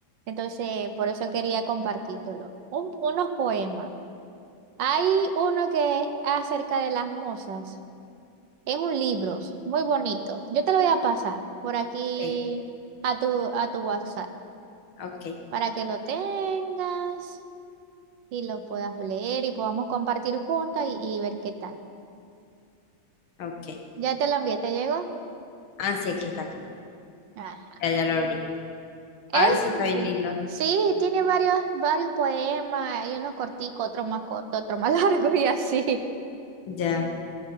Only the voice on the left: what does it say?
Ok,
ok,
ok.
Ah, sí, aquí está, aquí está.
Ya, ya lo abrí.
Ay, sí, está
bien lindo.
Ya.